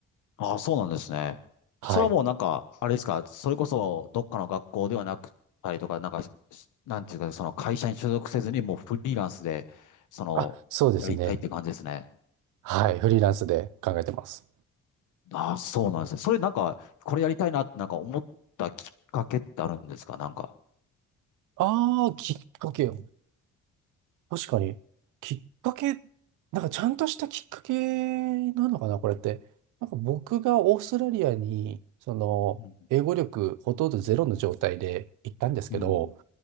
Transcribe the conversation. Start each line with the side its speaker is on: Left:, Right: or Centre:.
Left: ああ、そうなんですね。
Right: はい。
Left: それはもうなんか、あれですか、それこそどっかの学校ではなくたりとか、なんか、なんていうか、その会社に所属せずにもうフリーランスで、その、
Right: あ、そうですね。
Left: やりたいって感じですね。
Right: はい。フリーランスで考えてます。
Left: ああ、そうなんですね。それなんか、これやりたいなってなんか思ったきっかけってあるんですかなんか。
Right: ああ、きっかけ。確かに、きっかけ、なんかちゃんとしたきっかけなのかな、これって。なんか僕がオーストラリアに、その、
Left: うん。
Right: 英語力ほとんどゼロの状態で行ったんですけど、
Left: うん。